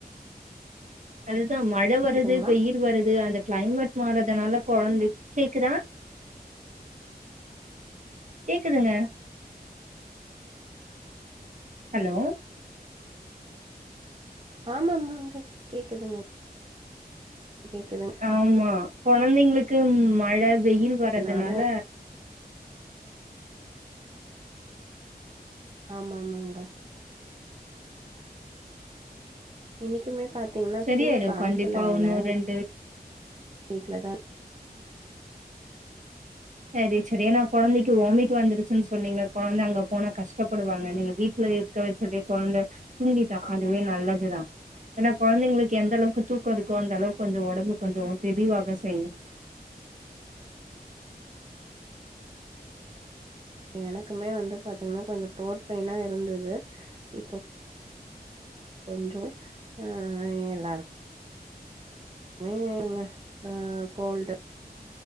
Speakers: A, on the right; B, on the right.
A: அதுதா மழ வருது
B: கேக்குதுங்களா
A: வெய்யில் வருது அந்த கிளைமேட் மாறதுனால கொழந்தைக் கேக்குதா கேக்குதுங்க ஹலோ
B: ஆமாமாங்க கே கேக்குதுங்க கேக்குதுங்
A: ஆமா கொழந்தைங்களுக்கு மழ வெய்யில் வர்றதுனால
B: மாறதுனால ஆமாமாங்க இன்னிக்குமே பாத்தீங்கன்னா
A: சரியாயிடு
B: ஸ்கூலுக்கு அனுப்பல
A: கண்டிப்பா
B: அவன
A: உன்னு
B: வீட்
A: ரெண்டு
B: வீட்டுல தாருக்
A: செரி செரி ஏனா கொழந்தைக்கு வாமிட் வந்துருச்சுன்னு சொன்னீங்க கொழந்த அங்க போனா கஷ்டப்படுவாங்க நீங்க வீட்ல இருக்க வச்சதே கொழந்த தூங்கிடா அதுவே நல்லதுதா ஏனா கொழந்தைங்களுக்கு எந்தளவுக்கு தூக்கோ இருக்கோ அந்த அளவுக்கு கொஞ்சோ உடம்பு கொஞ்சொ தெதிவாக செய்யு
B: அ எனக்குமே வந்து பாத்தீங்கனா கொஞ்சோ த்ரோட் பெய்னா இருந்தது இப்ப கொஞ்சோ ஆ எல்லாருக் மேங்க அ கோல்டு